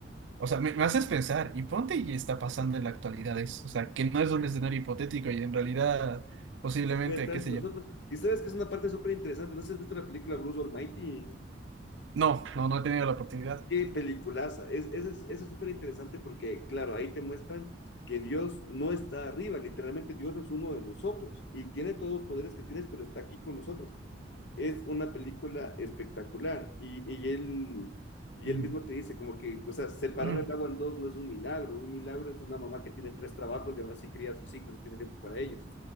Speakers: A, on the right; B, on the left.
A: O sea, me, me haces pensar, y ponte y está pasando en la actualidad eso, o sea, que no es un escenario hipotético y en realidad posiblemente,
B: si puede estar
A: qué
B: entre
A: sé
B: nosotros.
A: yo.
B: Y sabes que es una parte súper interesante. No sé si has visto la película Bruce Almighty.
A: No, no, no he tenido la oportunidad.
B: Qué peliculaza. Es, esa es, eso es súper interesante porque, claro, ahí te muestran que Dios no está arriba. Literalmente, Dios es uno de nosotros y tiene todos los poderes que tienes, pero está aquí con nosotros. es una película espectacular y, y él, y
A: Mm.
B: él mismo te dice como que, o sea, separar
A: <clears throat>
B: el agua en dos no es un milagro, un milagro es una mamá que tiene tres trabajos y aún así cría a sus hijos y tiene tiempo para ellos.